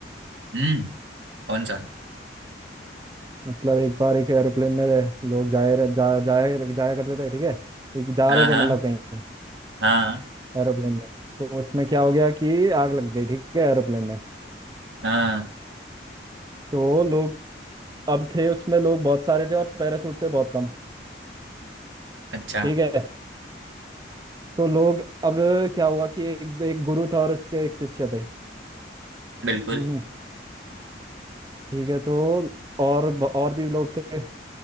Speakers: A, on the right; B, on the right.
A: हम्म कौन सा
B: मतलब एक बार एक एरोप्लेन में लोग जाए रहे- जा जाया जाया करते थे ठीक है एक जा
A: हाँ
B: रहे थे
A: हाँ
B: मतलब कहीं
A: हाँ
B: एरोप्लेन में तो उसमें क्या हो गया कि आग लग गई ठीक है एरोप्लेन में
A: हाँ
B: तो लोग अब थे उसमें लोग बहुत सारे थे और पैराशूट थे बहुत कम
A: अच्छा
B: ठीक है तो लोग अब क्या हुआ कि एक, एक गुरु था और उसके एक शिष्य थे
A: बिल्कुल
B: हम्म हम्म, ठीक है तो और ब- और भी लोग थे